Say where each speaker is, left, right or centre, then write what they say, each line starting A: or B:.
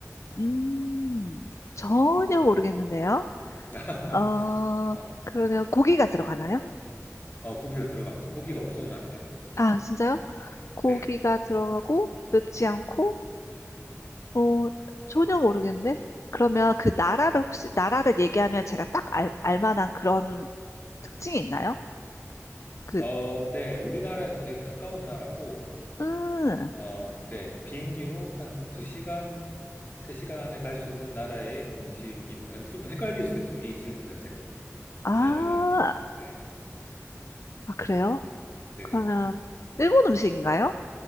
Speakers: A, on the left (about 65°); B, on the left (about 35°).
A: 음, 전혀 모르겠는데요.
B: <laughs>
A: 어,
B: 어,
A: 그러면 고기가 들어가나요?
B: 어, 고기가 들어갑니다. 고기가 없으면 안 돼요.
A: 아, 진짜요? 고기가
B: 네.
A: 들어가고 맵지 않고 어 전혀 모르겠는데 그러면 그 나라를 혹시 나라를 얘기하면 제가 딱 알, 알만한 그런 특징이 있나요? 그
B: 어, 네. 우리나라에서 되게 가까운 나라고,
A: 음,
B: 어, 네. 비행기로 한 2시간, 3시간 안에 갈 수 있는 나라의 음식입니다. 근데 좀 더 헷갈릴 수도 있어요. 이 질문 자체가.
A: 아,
B: 왜냐면은, 네.
A: 아 그래요?
B: 네네네.
A: 그러면 일본 음식인가요?